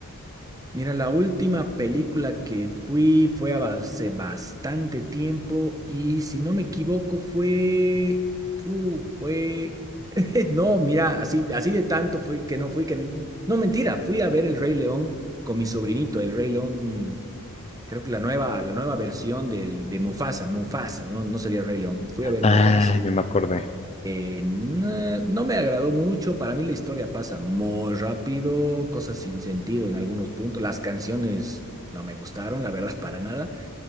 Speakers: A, on the right; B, on the left.
A: Mira, la última película que fui fue a- hace bastante tiempo y si no me equivoco fue... uh, fue... <laughs> No, mira, así, así de tanto fui que no fui que... No, mentira, fui a ver El Rey León con mi sobrinito, El Rey León, creo que la nueva, la nueva versión del, de Mufasa, Mufasa, no, no sería Rey León, fui a ver
B: Ah,
A: Mufasa.
B: yo me acordé.
A: Eh, no, no me agradó mucho, para mí la historia pasa muy rápido, cosas sin sentido en algunos puntos, las canciones no me gustaron, la verdad, <laughs> para nada,